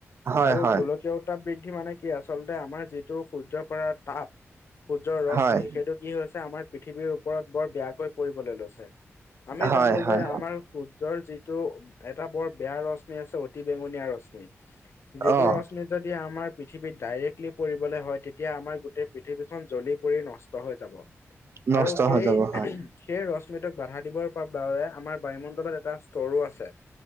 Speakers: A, on the right (about 55°); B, on the left (about 55°).
A: হয়
B: আৰু
A: হয়
B: গোল কিয় উত্তাপ বৃদ্ধি মানে কি? আচলতে আমাৰ যিটো সূৰ্যৰ পৰা তাপ যৰ ৰশ্মি
A: হয়
B: সেইটো কি হৈছে আমাৰ পৃথিৱীৰ ওপৰত বৰ বেয়াকৈ পৰিবলৈ লৈছে। আমি
A: হয়
B: জানো
A: হয়
B: যে আমাৰ সূৰ্যৰ যিটো এটা বৰ বেয়া ৰশ্মি আছে অতি বেঙনীয়া ৰশ্মি যিটো
A: অ
B: ৰশ্মিত যদি আমাৰ পৃথিৱীত ডাইৰেক্টলি পৰিবলৈ হয় তেতিয়া আমাৰ গোটেই পৃথিৱীখন জ্বলি পৰি নষ্ট হৈ যাব
A: নষ্ট
B: আৰু সেই
A: হৈ যাব
B: উহুম
A: হয়
B: সেই ৰশ্মিটোক বাধা দিবৰ বা বাবে আমাৰ বায়ুমণ্ডলত এটা ষ্টৰো আছে।